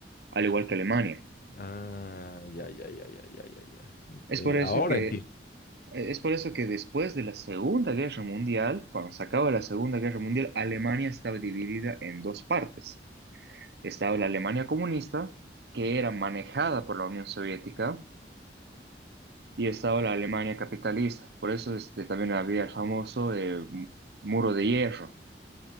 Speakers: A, on the right; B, on the left.
A: Al igual que Alemania.
B: ah, ya, ya, ya, ya, ya, ya, ya.
A: Es
B: Eh,
A: por eso
B: ahora
A: que,
B: entiendo.
A: e, es por eso que después de la Segunda Guerra Mundial, cuando se acaba la Segunda Guerra Mundial, Alemania estaba dividida en dos partes. Estaba la Alemania comunista, que era manejada por la Unión Soviética, y estaba la Alemania capitalista. Por eso este, también había el famoso eh, mu- muro de hierro.